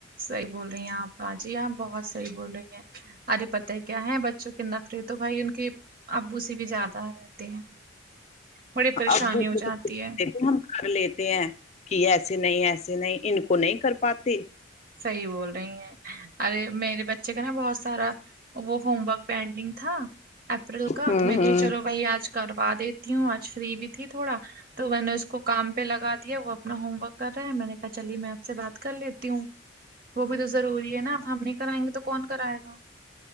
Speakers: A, on the right; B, on the left.
A: صحیح بول رہی ہیں آپ باجی ہاں بہت صحیح بول رہی ہیں ارے پت ہی کیا ہے بچوں کے نخرے تو بھائی ان کے ابو سے بھی زیادہ رہتے ہیں بڑی پریشانی
B: ابو
A: ہو
B: کو
A: جاتی
B: تو
A: ہے
B: ہم کر لیتے ہیں کہ ایسے نہیں ایسے نہیں ان کو نہیں کر پاتے
A: صحیح بول رہی ہیں ارے میرے بچے کا نا بہت سارا وہ ہوم ورک پینڈنگ تھا اپریل کا
B: ہوں
A: تو میں
B: ہوں
A: کہی چلو بھائی آج کروا دیتی ہوں آج فری بھی تھی تھوڑا تو میں نے اس کو کام پہ لگا دیا وہ اپنا ہوم ورک کر رہے ہیں میں نے کہا چلیے میں آپ سے بات کر لیتی ہوں وہ بھی تو ضروری ہے نا اب ہم نہیں کرائیں گے تو کون کرائے گا